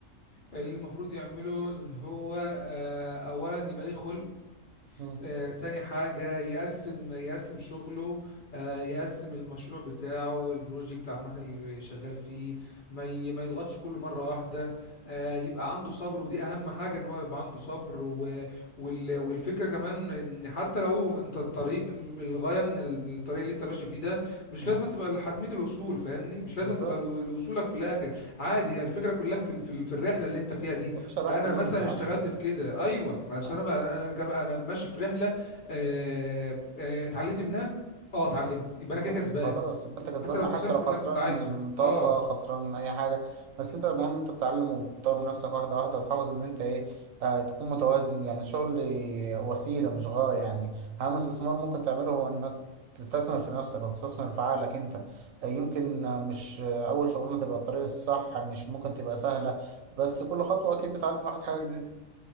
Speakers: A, on the left; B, on the right.
A: اللي المفروض يعمله ان هو آه، اولا يبقى ليه خلق
B: مم.
A: آه، تاني حاجة يقسم يقسم شغله آه، يقسم المشروع بتاعه البروجكت عامة اللي شغال فيه ما ي- ما يضغطش كله مرة واحدة آه، يبقى عنده صبر ودي أهم حاجة إن هو يبقى عنده صبر و- وال- والفكرة كمان إن حتى لو أنت الطريق م- الغاية من ال- من الطريق اللي أنت ماشي فيه ده مش
B: مم.
A: لازم تبقى حتمية الوصول فاهمني مش لازم
B: بالظبط
A: تبقى ال- وصولك في الآخر عادي هي الفكرة كلها في ال- في ال- في الرحلة اللي أنت فيها دي
B: ده بصراحة
A: انا
B: كل
A: مثلا
B: يوم بيتعامل
A: اشتغلت في كده ايوه عشان
B: آه.
A: انا انا كم- انا ماشي في رحله آه، آه، اتعلمت منها اه اتعلمت يبقى انا
B: بس
A: كده كسبان
B: خلاص يبقى انت كسبان
A: حتى لو خسرت
B: حتى لو خسران
A: اللي انا كنت عايزه
B: طاقة
A: اه
B: خسران أي حاجة بس انت المهم انت بتتعلم وبتطور من نفسك واحدة واحدة وتحافظ ان انت ايه آه تكون متوازن يعني الشغل وسيلة مش غاية يعني أهم استثمار ممكن تعمله هو انك تستثمر في نفسك وتستثمر في عقلك انت آه، يمكن آه، مش آه، أول شغلانة تبقى الطريق الصح مش ممكن تبقى سهلة بس كل خطوة أكيد بتعلم الواحد حاجة جديدة